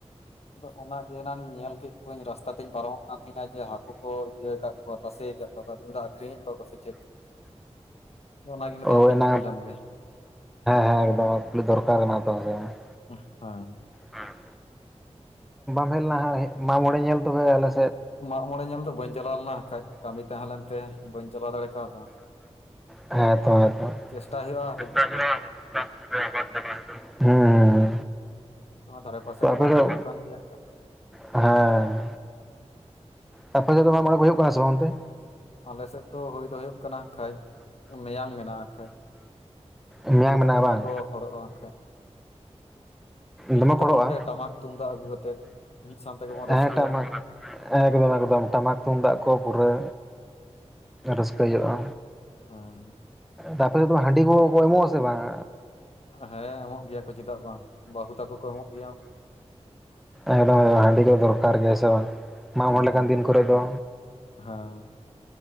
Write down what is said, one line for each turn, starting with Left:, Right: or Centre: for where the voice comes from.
Left: ᱟᱫᱚ ᱚᱱᱟᱜᱮ ᱮᱱᱟᱝ ᱧᱮᱞ ᱠᱮᱫ ᱠᱚᱣᱟᱹᱧ ᱨᱟᱥᱛᱟ ᱛᱮᱧ ᱯᱟᱨᱚᱢ ᱠᱟᱱ ᱛᱤᱧᱟᱹ ᱡᱮ ᱦᱟᱹᱠᱩ ᱠᱚ ᱤᱭᱟᱹ ᱠᱟᱫ ᱠᱚᱣᱟ ᱛᱟᱥᱮᱹ ᱟᱠᱟᱫ ᱠᱚᱣᱟ ᱟᱫᱚᱧ ᱢᱮᱱ ᱫᱟ ᱟᱠᱷᱨᱤᱧᱮᱫ ᱠᱚᱣᱟ ᱠᱚ ᱥᱮ ᱪᱮᱫ ᱟᱫᱚ ᱚᱱᱟᱜᱤᱧ ᱞᱟᱹᱭᱫᱟ
Centre: ᱳ <unintelligible>
Left: ᱦᱟᱯᱮᱧ
Centre: ᱦᱮᱸ
Left: ᱠᱩᱞᱤ ᱞᱮᱢ ᱜᱮ
Centre: ᱦᱮᱸ ᱮᱠᱫᱚᱢ <unintelligible> ᱫᱚᱨᱠᱟᱨ ᱚᱱᱟ <unintelligible> <unintelligible>
Left: ᱦᱮᱸ
Centre: ᱦᱮᱸ <unintelligible> ᱢᱟᱜ ᱢᱚᱬᱮ ᱧᱮᱞ ᱛᱚᱵᱮ ᱟᱞᱮᱼᱼ
Left: ᱢᱟᱜᱢᱚᱬᱮ ᱧᱮᱞ ᱫᱚ ᱵᱟᱹᱧ ᱪᱟᱞᱟᱣ ᱞᱮᱱᱟ ᱠᱷᱟᱡ ᱠᱟᱹᱢᱤ ᱛᱟᱦᱮᱸ ᱞᱮᱱᱛᱮ ᱵᱟᱹᱧ ᱪᱟᱞᱟᱣ ᱫᱟᱲᱮ ᱠᱟᱣᱫᱟ
Centre: ᱦᱮᱸᱛᱚ ᱦᱮᱸ ᱛᱚ
Left: ᱪᱮᱥᱴᱟᱭ ᱦᱳᱭᱳᱜᱼᱟ
Centre: ᱦᱩᱸ ᱦᱩᱸ ᱦᱩᱸ
Left: ᱱᱚᱣᱟ ᱫᱷᱟᱨᱮ ᱯᱟᱥᱮ
Centre: ᱛᱚ
Left: ᱨᱮᱢᱟ
Centre: ᱟᱯᱮ
Left: ᱦᱩᱭᱩᱜ
Centre: ᱫᱚ
Left: ᱠᱟᱱ ᱜᱮᱭᱟ
Centre: ᱦᱮᱸ ᱛᱟᱯᱮᱥᱮᱫᱚ ᱢᱟᱜ ᱢᱚᱬᱮ ᱠᱚ ᱦᱩᱭᱩᱜ ᱠᱟᱱᱟ ᱥᱮ ᱵᱟᱝ ᱚᱱᱛᱮ
Left: ᱟᱞᱮᱥᱮᱫ ᱫᱚ ᱦᱩᱭ ᱫᱚ ᱦᱩᱭᱩᱜ ᱠᱟᱱᱟ ᱦᱟᱸᱠᱷᱟᱱᱡ ᱢᱮᱭᱟᱝ ᱢᱮᱱᱟᱜ ᱠᱷᱟᱱᱡ
Centre: ᱢᱮᱭᱟᱝ
Left: ᱚᱸᱰᱮ
Centre: ᱢᱮᱱᱟᱜᱼᱟ
Left: ᱫᱚ ᱫᱚᱢᱮ
Centre: ᱵᱟᱝ
Left: ᱠᱚ ᱦᱚᱲᱚᱜᱼᱟ ᱠᱷᱟᱡ ᱦᱤᱡᱩᱜ
Centre: ᱫᱚᱢᱮ
Left: ᱛᱟᱵᱚᱱ
Centre: ᱠᱚ ᱦᱟᱴᱚᱬᱚᱜᱼᱟ
Left: ᱯᱮ ᱴᱟᱢᱟᱠ ᱛᱩᱢᱫᱟᱜ ᱟᱹᱜᱩ ᱠᱟᱛᱮᱫ ᱢᱤᱫ ᱥᱟᱶ ᱛᱮᱜᱮ ᱵᱚᱱ
Centre: ᱦᱮᱸ
Left: ᱨᱟᱹᱥᱠᱟᱹᱭᱟ
Centre: ᱴᱟᱢᱟᱠᱼᱼ ᱮᱠᱫᱚᱢ ᱮᱠᱫᱚᱢ ᱴᱟᱢᱟᱠ ᱛᱩᱢᱫᱟᱜ ᱠᱚ ᱯᱩᱨᱟᱹ ᱨᱟᱹᱥᱠᱟᱹᱭ ᱦᱩᱭᱩᱜᱼᱟ
Left: ᱦᱳᱭ
Centre: ᱛᱟᱯᱚᱨᱮ ᱫᱚ ᱦᱟᱺᱰᱤ ᱠᱚ ᱠᱚ ᱮᱢᱚᱜᱼᱟ ᱥᱮ ᱵᱟᱝ?
Left: ᱦᱮᱸ ᱮᱢᱚᱜ ᱜᱮᱭᱟ ᱠᱚ ᱪᱮᱫᱟᱜ ᱵᱟᱝ ᱵᱟᱹᱦᱩ ᱛᱟᱠᱚ ᱠᱚ ᱮᱢᱚᱜ ᱜᱮᱭᱟ
Centre: ᱮᱠᱫᱚᱢ ᱦᱟᱺᱰᱤ ᱧᱩ ᱫᱚᱨᱠᱟᱨ ᱜᱮ ᱥᱮ ᱵᱟᱝ ᱢᱟᱜᱽᱢᱚᱬᱮ
Left: ᱦᱮᱸ
Centre: ᱞᱮᱠᱟᱱ ᱫᱤᱱ ᱠᱚᱨᱮ ᱫᱚ
Left: ᱦᱮᱸ